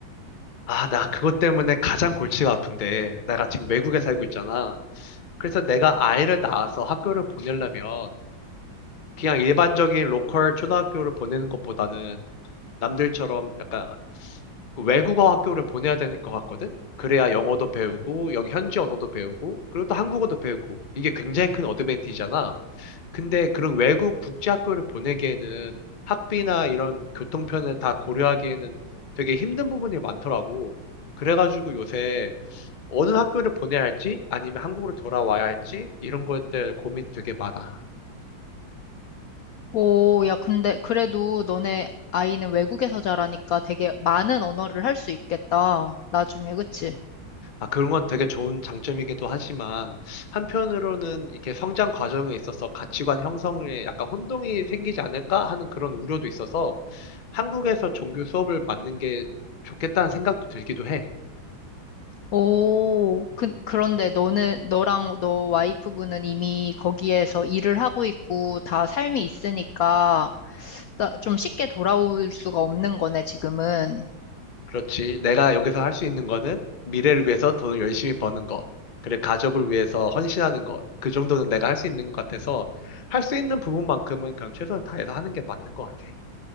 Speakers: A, on the left; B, on the left.
A: 아, 나 그것 때문에 가장 골치가 아픈데 내가 지금 외국에 살고 있잖아. 그래서 내가 아이를 낳아서 학교를 보내려면 그냥 일반적인 로컬 초등학교를 보내는 것보다는 남들처럼 약간 그 외국어 학교를 보내야 될 것 같거든? 그래야 영어도 배우고, 여기 현지 언어도 배우고, 그리고 또 한국어도 배우고. 이게 굉장히 큰 어드밴티지잖아. 근데 그런 외국 국제학교를 보내기에는 학비나 이런 교통편을 다 고려하기에는 되게 힘든 부분이 많더라고. 그래가지고 요새 어느 학교를 보내야 할지, 아니면 한국으로 돌아와야 할지, 이런 것들 고민 되게 많아.
B: 오, 야, 근데 그래도 너네 아이는 외국에서 자라니까 되게 많은 언어를 할 수 있겠다. 나중에, 그치?
A: 아, 그런 건 되게 좋은 장점이기도 하지만, 한편으로는 이렇게 성장 과정에 있어서 가치관 형성에 약간 혼동이 생기지 않을까 하는 그런 우려도 있어서, 한국에서 종교 수업을 맡는 게 좋겠다는 생각도 들기도 해.
B: 오, 그, 그런데 너는, 너랑 너 와이프분은 이미 거기에서 일을 하고 있고 다 삶이 있으니까 나- 좀 쉽게 돌아올 수가 없는 거네, 지금은.
A: 그렇지. 내가 여기서 할 수 있는 거는 미래를 위해서 돈을 열심히 버는 거, 그래, 가족을 위해서 헌신하는 거, 그 정도는 내가 할 수 있는 것 같아서, 할 수 있는 부분만큼은 그냥 최선을 다해서 하는 게 맞는 것 같아.